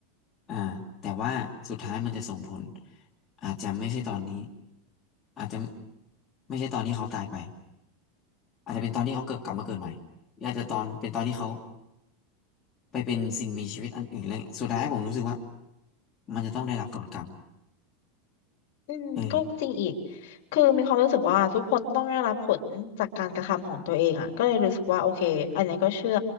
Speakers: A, on the left; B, on the left.
A: อ่าแต่ว่าสุดท้ายมันจะส่งผลอาจจะไม่ใช่ตอนนี้อาจจะไม่ใช่ตอนที่เขาตายไป อาจจะเป็นตอนที่เขาเกิดกลับมาเกิดใหม่หรืออาจจะตอนเป็นตอนที่เขาไปเป็นสิ่งมีชีวิตอันอื่นอะไรเงี้ยสุดท้ายผมรู้สึกว่ามันจะต้องได้รับผลกรรม
B: อืมก็จริงอีก
A: เออ
B: คือมีความรู้สึกว่าทุกคนต้องได้รับผลจากการกระทำของตัวเองอ่ะก็เลยรู้สึกว่าโอเคอันนี้ก็เชื่อ